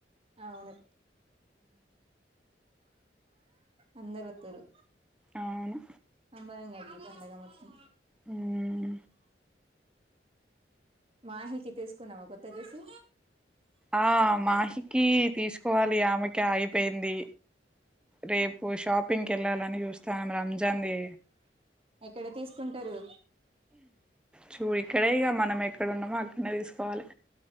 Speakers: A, on the right; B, in the centre.
A: అవును అందరోత్తరు
B: అవును
A: అందంగా ఉంది పండగ మొత్తం
B: ఉమ్
A: మాహికి తీసుకున్నావా కొత్త డ్రెస్సు
B: ఆ మాహికి తీసుకోవాలి ఆమెకి ఆగిపోయింది రేపు ఓ షాపింగ్కి కెళ్లాలని చూస్తానామ్ రంజాన్ ది
A: ఎక్కడ తీసుకుంటారు
B: చూ ఇక్కడే ఇక మనం ఎక్కడన్నామో అక్కడనే తీసుకోవాలి